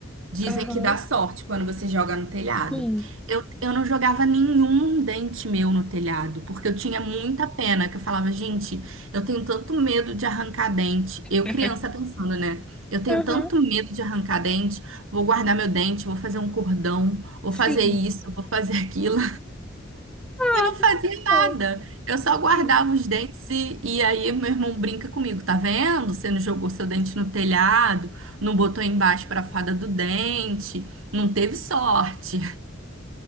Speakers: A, on the right (about 85°); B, in the centre.
A: Dizem
B: Aham,
A: que dá sorte quando você joga no telhado.
B: sim.
A: Eu, eu não jogava nenhum dente meu no telhado, porque eu tinha muita pena, que eu falava, gente, eu tenho tanto medo de arrancar dente. Eu,
B: <laughs>
A: criança, pensando, né? Eu tenho
B: Aham,
A: tanto medo de arrancar dente, vou guardar meu dente, vou fazer um cordão, vou
B: sim.
A: fazer isso, vou fazer <laughs> aquilo.
B: Nossa,
A: E não fazia
B: que
A: nada.
B: fofo,
A: Eu só guardava
B: sim.
A: os dentes e, e aí meu irmão brinca comigo, tá vendo? Você não jogou seu dente no telhado, não botou embaixo pra fada do dente, não teve sorte.